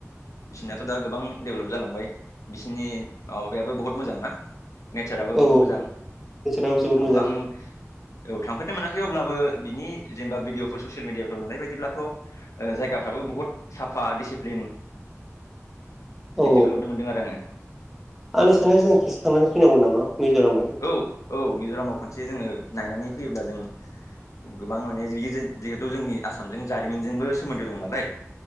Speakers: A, on the left; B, in the centre.
A: बिसिरनाथ' दा गोबां डेभेलप जालांबाय बिसिनि माबायाबो बहुत मोजां ना? नेचाराबो
B: औ
A: बहुत मोजां
B: नेचाराबो जोबोद
A: औ
B: मोजां
A: आं औ थांफेरनो मोनाखै अब्लाबो बिनि जेनेबा भिडिअफोर ससियेल मिडियाफ्राव नुनाय बायदिब्लाथ' जायगाफ्राबो बुहुत साफा डिसिप्लिन
B: <inaudible> औ
A: बिब्दिखौ नुनो मोनदों आरो आङो
B: आंनि साननायाव जों खेबसे थांनानै फैनांगौ नामा मिज'रामाव?
A: औ औ मिज'रामाव खनसे जोङो नायनानै फैयोब्ला जों गोबां माने जियो जिहेतु जोंनि आसामजों जारिमिनजोंबो सोमोन्दो दं नालाय